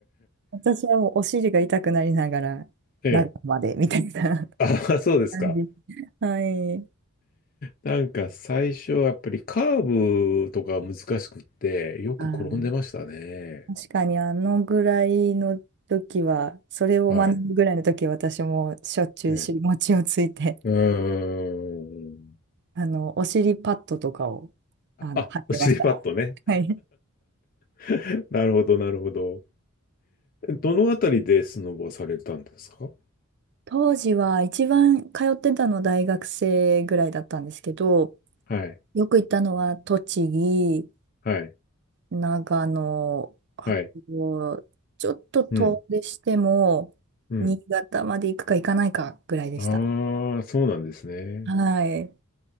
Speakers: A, on the right (about 50°); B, on the left (about 40°).
A: 私はもうお尻が痛くなりながら、
B: い。<laughs>
A: 中までみたいな
B: ええ。あ、そうですか。
A: <laughs> 感じ。はい。
B: なんか最初はやっぱりカーブとか難しくって、よく転んでましたね。
A: はい確かにあのぐらいの時は、それを学ぶぐらいの時は私もしょっちゅう尻餅をついて、
B: はい。ええ。うーん。
A: あの、お尻パッドとかを、あの、
B: あ、
A: 貼ってました。
B: お尻パッドね。
A: はい。
B: <laughs> なるほど、なるほど。どのあたりでスノボをされたんですか
A: 当時は一番通ってたの大学生ぐらいだったんですけど、
B: はい。
A: よく行ったのは栃木、
B: はい。
A: 長野、あと、
B: はい。
A: ちょっと遠出しても、
B: うん。うん。
A: 新潟まで行くか行かないかぐらいでした。
B: ああ、そうなんですね。
A: はい。